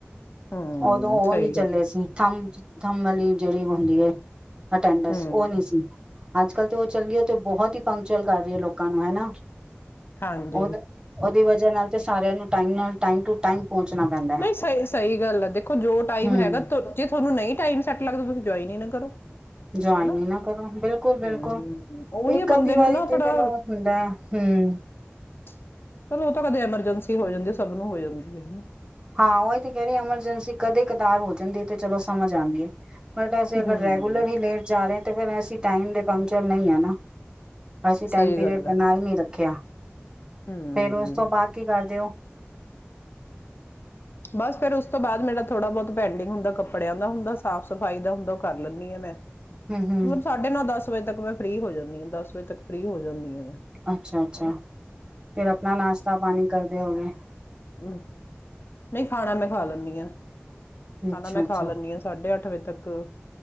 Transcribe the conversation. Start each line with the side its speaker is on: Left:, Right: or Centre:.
Left: ਹੂੰ,
Right: ਔਦੋਂ ਔਹ
Left: ਸਹੀ
Right: ਨੀ ਚੱਲੇ
Left: ਗੱਲ
Right: ਸ ਥੰਮ ਥੰਮ ਵਾਲੀ ਜੇੜੀ ਹੁੰਦੀ ਏ। ਅਟੈਂਡਸ
Left: ਹੂੰ,
Right: ਔ ਨ੍ਹੀਂ ਸੀ। ਅੱਜ ਕੱਲ੍ਹ ਤੇ ਔ ਚੱਲ ਗੀ ਏ ਤੇ ਬਹੋਤ ਹੀ ਪੰੰਕਚੁਅਲ ਕਰ ਰੀ ਏ ਲੋਕਾਂ ਨੂੰ, ਹੈਨਾ।
Left: ਹਾਂਜੀ।
Right: ਔਦੇ ਔਦੀ ਵਜ੍ਹਾ ਨਾਲ ਤੇ ਸਾਰਿਆਂ ਨੂੰ ਟਾਈਮ ਨਾਲ ਟਾਈਮ ਟੂ ਟਾਈਮ
Left: <unintelligible>
Right: ਪਹੁੰਚਣਾ ਪੈਂਦਾ
Left: ਨਹੀਂ ਸਹੀ ਸਹੀ ਗੱਲ ਆ ਦੇਖੋ ਜੋ ਟਾਈਮ
Right: ਹਮ
Left: ਹੈਗਾ <unintelligible> ਜੇ ਤੁਹਾਨੂੰ ਨਹੀਂ ਟਾਈਮ ਸੈੱਟ ਲੱਗਦਾ ਤੁਸੀਂ ਜੁਇਨ ਹੀ ਨਾ ਕਰੋ
Right: <unintelligible> ਜੁਆਇਨ
Left: ਹਨਾ
Right: ਹੀ ਨਾ ਕਰੋ ਬਿਲਕੁਲ ਬਿਲਕੁਲ
Left: ਹਮ ਉਹੀ
Right: ਇੱਕ
Left: ਆ ਬੰਦੇ
Right: ਅੱਧੀ ਵਾਰੀ
Left: ਨੂੰ ਨਾ
Right: ਤੇ
Left: ਬੜਾ
Right: ਚਲੋ ਹੁੰਦਾ ਹਮ
Left: <unintelligible> ਚਲੋ ਉਹ ਤਾਂ ਕਦੇ ਐਮਰਜੈਂਸੀ ਹੋ ਜਾਂਦੀ <unintelligible> ਸਭ ਨੂੰ ਹੋ ਜਾਂਦੀ ਹੈ ਹਨਾ
Right: <unintelligible> ਹਾਂ ਉਹੀ ਤੇ ਕਹਿ ਰ ਐਮਰਜੈਂਸੀ ਕਦੇ ਕਤਾਰ ਹੋ ਜਾਂਦੀ ਹੈ ਤੇ ਚਲੋ ਸਮਝ ਆਉਂਦੀ ਹੈ <unintelligible> ਬਟੇ ਅਗਰ
Left: ਹਮ
Right: ਰੈਗੂਲਰ ਹੀ ਲੇਟ ਜਾ ਰਹੇ <unintelligible> ਤੇ ਫਿਰ ਅਸੀਂ ਟਾਈਮ ਦੇ ਪੰਚਰ ਨਹੀਂ ਆ ਨਾ ਅਸੀਂ ਟਾਈਮ
Left: ਸਹੀ
Right: ਪੀਰੀਅਡ
Left: ਗੱਲ
Right: ਬਣਾ
Left: ਹੈ
Right: ਹੀ ਨੀ ਰੱਖਿਆ
Left: ਹਮ
Right: ਫੇਰ ਉਸ ਤੋਂ ਬਾਅਦ ਕੀ ਕਰਦੇ ਹੋ
Left: ਬਸ ਫੇਰ ਉਸ ਤੋਂ ਬਾਅਦ ਮੇਰਾ ਥੋੜਾ ਬਹੁਤ ਪੈਂਡਿੰਗ ਹੁੰਦਾ ਕੱਪੜਿਆਂ ਦਾ ਹੁੰਦਾ ਸਾਫ਼ ਸਫ਼ਾਈ ਦਾ ਹੁੰਦਾ ਉਹ ਕਰ ਲੈਂਦੀ ਆ ਮੈਂ
Right: ਹੂੰ ਹੂੰ
Left: ਸਾਡੇ ਨੌ ਦੱਸ ਦਸ ਵਜੇ ਤੱਕ ਮੈਂ ਫਰੀ ਹੋ ਜਾਂਦੀ ਹਾਂ ਦਸ ਵਜੇ ਤੱਕ ਫਰੀ ਹੋ ਜਾਂਦੀ ਮੈਂ
Right: <unintelligible> ਅੱਛਾ ਅੱਛਾ
Left: ਹਨਾ
Right: ਫੇਰ ਆਪਣਾ ਨਾਸ਼ਤਾ ਪਾਣੀ ਕਰਦੇ ਹੋਓਗੇ
Left: <unintelligible> ਹਮ <unintelligible> ਨਹੀਂ ਖਾਣਾ ਮੈਂ ਖਾ ਲੈਂਦੀ ਹਾਂ ਖਾਣਾ
Right: ਅੱਛਾ-ਅੱਛਾ,
Left: ਮੈਂ ਖਾ ਲੈਂਣੀ ਹਾਂ ਸਾਢੇ ਅੱਠ ਵਜੇ ਤੱਕ